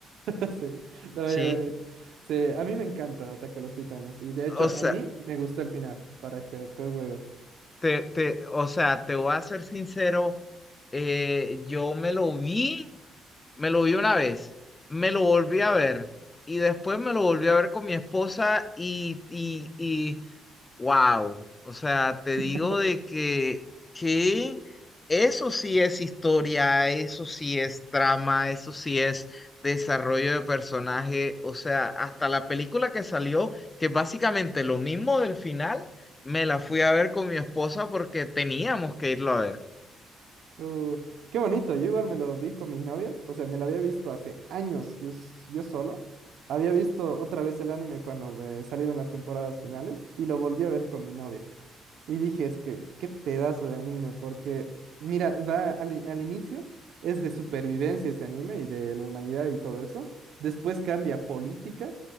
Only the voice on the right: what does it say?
<laughs> Sí, no voy
a venir. Sí, a mí me encanta Ataque a los Titanes. Y de hecho,
a
mí me gustó el final, para que te des la idea.
<laughs>
Uh, qué bonito, yo igual me lo vi con mi novia, o sea, me lo había visto hace años, yo, s- yo solo, había visto otra vez el anime cuando eh, salieron las temporadas finales y lo volví a ver con mi novia. Y dije, es que qué pedazo de anime, porque mira, va al, i- al inicio es de supervivencia ese anime y de la humanidad y todo eso. Después cambia a política